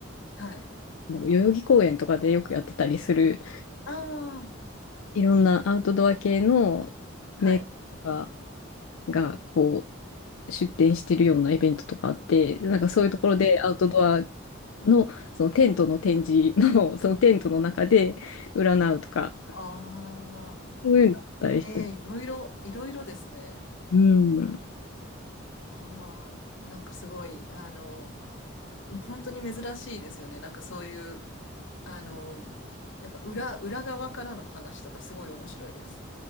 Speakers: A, on the left; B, on the left.
A: はい。
B: なんだろう代々木公園とかでよくやってたりする、
A: ああ、
B: いろんなアウトドア系のメーカーとか
A: はい。
B: が、こう、出店してるようなイベントとかあって、なんかそういうところでアウトドアのそのテントの展示のそのテントの中で占うとか
A: ああ
B: そういうのあったりして。
A: ー、ええいろいろ、いろいろですね。
B: うん
A: ああ、なんかすごい、あの、もう本当に珍しいですよね。なんかそういう、あの、なんか裏、裏側からの話とかすごい面白いです。